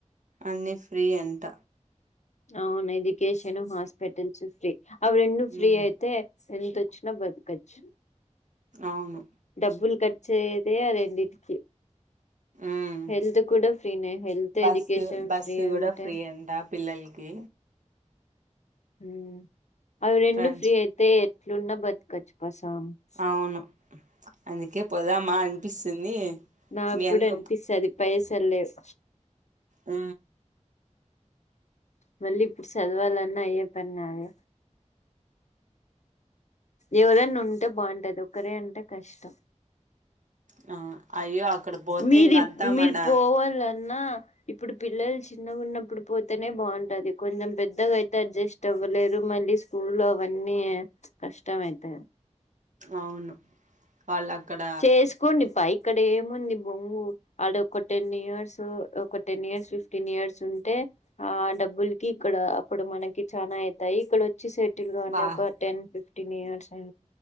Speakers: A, on the right (about 80°); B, on the left (about 65°).
A: అన్ని ఫ్రీ అంట
B: అవును ఎడ్యుకేషన్ హాస్పిటల్స్ ఫ్రీ అవి రెండు ఫ్రీ
A: ఉమ్
B: అయితే ఎంతచ్చ న బదు కచ్చ
A: అవును
B: డబ్బులు కట్ చేదే రెడింటికి
A: ఉమ్
B: హెల్త్ కూడా ఫ్రీనే health
A: bus
B: education
A: bus
B: free
A: కూడా
B: ఉంటే
A: ఫ్రీ అంట పిల్లలకి
B: మ్ అవి రెండు
A: ట్రాన్స్
B: ఫ్రీ అయితే ఇలున్న బద్కచ్ పస్ <unintelligible>
A: అవును అందుకే పోదామా అనిపిస్తుంది
B: నాకు
A: మీ
B: కూడా
A: అన్న
B: అనిపిస్తుది పైస లేవు
A: మ్
B: మళ్ళీ ఇప్పుడు చదవాలన్నా అయ్యే పని కాదు ఎవరైనా ఉంటే బాగుంటది ఒకరే అంటే కష్టం
A: ఆ అయ్యో అక్కడ పోతే
B: మీది
A: ఇంక అంతా
B: మీరు
A: మన
B: పోవాల న్నా ఇప్పుడు పిల్లలు చిన్నగా ఉన్నప్పుడు పోతేనే బాగుంటది, కొంచెం పెద్దగా అయితే అడ్జస్ట్ అవ్వలేరు, మళ్ళీ స్కూల్ లో అవన్నీ కష్టమ్ అయిత
A: అవును వాళ్ళు అక్కడ
B: చేసుకోండి ప ఇక్కడే ఏంది బొంగు అడ ఒక టెన్ ఇయర్స్ ఒక టెన్ ఇయర్స్ ఫిఫ్టీన్ ఇయర్స్ ఉంటే ఆ డబ్బుల్ క ఇక్కడ అప్పుడు మనకి చానా అవుతాయి ఇక్కడ వచ్చి సట్
A: వా
B: ఒక టెన్ ఫిఫ్ ఫటీన్ ఇయర్స్